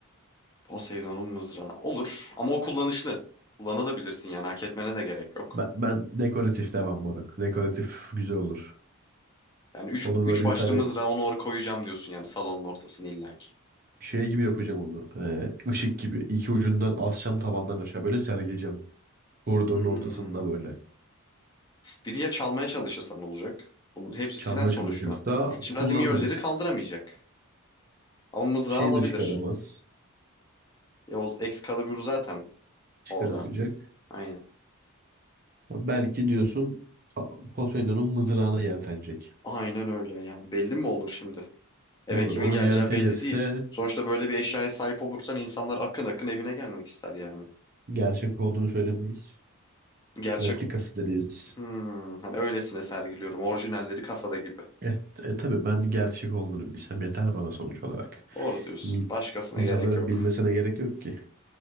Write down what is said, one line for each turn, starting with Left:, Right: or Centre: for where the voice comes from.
Left: Poseidon'un mızrağı. Olur ama o kullanışlı. Kullanabilirsin yani hak etmene de gerek yok.
Right: Ben, ben dekoratif devam moruk. Dekoratif güzel olur.
Left: Yani üç,
Right: Onu
Left: üç
Right: böyle
Left: başlı
Right: bir tane
Left: mızrağı onu oraya koyacağım diyorsun yani salonun ortasını illaki.
Right: şey gibi yapacağım onu. Ee, ışık gibi. İki ucundan asacağım tavandan aşağı böyle sergileyeceğim. Koridorun
Left: Hmm.
Right: ortasında böyle.
Left: Biri ya çalmaya çalışırsan ne olacak. Bunun hepsi
Right: Çalmaya
Left: silah sonuçta.
Right: çalışırsa
Left: Şimdi
Right: kullanırız.
Left: hadi Mjolnir'i kaldıramayacak. Ama mızrağı
Right: Şeyi
Left: alabilir.
Right: de çıkaramaz.
Left: Ya o Excalibur zaten
Right: Çıkaramayacak.
Left: orada. Aynen.
Right: Belki diyorsun a- Poseidon'un mızrağına yeltenecek.
Left: Aynen öyle yani belli mi olur şimdi? Eve
Right: Moruk
Left: kimin
Right: onu
Left: geleceği
Right: yeltenirse
Left: belli değil. Sonuçta böyle bir eşyaya sahip olursan insanlar akın akın evine gelmek ister yani.
Right: gerçek olduğunu söylemeyiz.
Left: Gerçek
Right: Replikası deriz.
Left: hmm, hani öylesine sergiliyorum. Orijinalleri kasada gibi.
Right: E, e tabii ben gerçek olduğunu bilsem yeter bana sonuç olarak.
Left: Doğru diyorsun.
Right: Mil-
Left: Başkasına
Right: insanların
Left: gerek yok.
Right: bilmesine gerek yok ki.